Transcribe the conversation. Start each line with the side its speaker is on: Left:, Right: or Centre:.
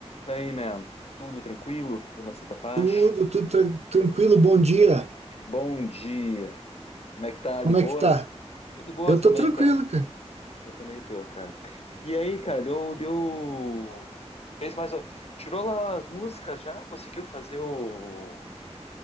Left: Daí, man, tudo tranquilo? Tudo na Santa Paz?
Right: Tudo, tudo tran- tranquilo, bom dia.
Left: Bom dia! Como é que tá?
Right: Como
Left: De boas?
Right: é que tá?
Left: Tô de boas
Right: Eu tô
Left: também,
Right: tranquilo,
Left: cara.
Right: cara.
Left: Eu também tô, cara. E aí, cara, deu, deu... Fez mais... Tirou lá as músicas já? Conseguiu fazer o...